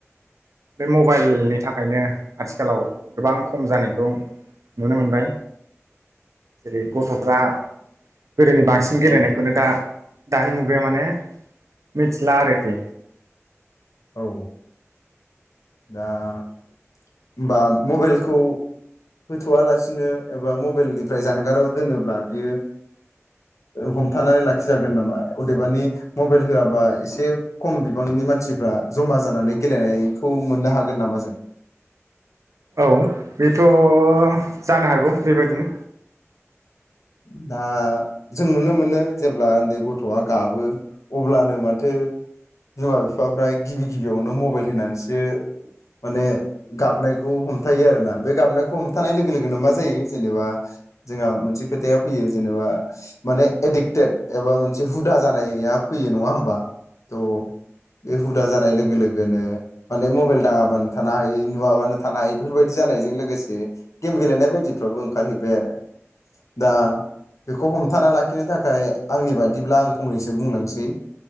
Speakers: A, on the right (about 80°); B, on the left (about 80°).
A: बे मब बाइलनि थाखायनो आथिखालाव गोबां खम जानायखौ नुनो मोनबाय। जेरै गथ'फ्रा गोदोनि बांसिन
B: औ
A: गेलेनायखौनो दा दानि मुगाया माने मिथिला आरोखि
B: औ। दा होनबा मबाइलखौ होथ'आलासिनो एबा मबाइलनिफ्राय जानगाराव दोनोब्ला बियो हमथानानै लाखिजागोन नामा अदेबानि मबाइल होआबा एसे खम बिबांनि मानसिफ्रा जमा जानानै गेलेनाय खौ मोननो हागोन नामा जों?
A: औ बेथ' जानो हागौ बेबायदिनो।
B: दा जों नुनो मोनो जेब्ला उन्दै गथ'आ गाबो अब्लानो माथो बिमा बिफाफ्रा गिबि गिबियावनो मबाइल होनानैसो माने गाबनायखौ हमथायो आरोना बे गाबनायखौ हमथानाय लोगो लोगोनो मा जायो जेनेबा जोंहा मोनसे खोथाया फैयो जेनेबा माने एडिक्टेड एबा मोनसे हुदा जानाया फैयो नङा होमबा थ' बे हुदा जानाय लोगो लोगोनो माने मबाइल नाङाबानो थानो हाय नुवाबानो थानो हायो बेफोरबायदि जानायजों लोगोसे गेम गेलेनाय बायदिफ्रावबो ओंखारहैबाय आरो। दा बेखौ हमथाना लाखिनो थाखाय आंनि बादिब्ला आं फंनैसो बुंलांसै